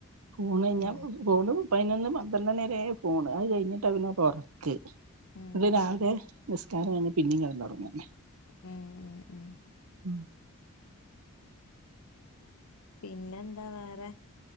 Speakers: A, on the right; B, on the left.
A: ഊണ് കഴിഞ്ഞാ
B: ഉം
A: ഫോണ് പയ്നൊന്ന് പന്ത്രണ്ടണിരേ ഫോണ് അത് കഴിഞ്ഞിട്ടാ പിന്നെത ഉറക്ക്
B: ഉം
A: നട്ട് രാവിലെ നിസ്കാരം കഴിഞ്ഞ് പിന്നിം കിടന്നൊർങ്ങന്നെ
B: ഉം ഉം ഉം
A: ഉം
B: പിന്നെന്താ വേറെ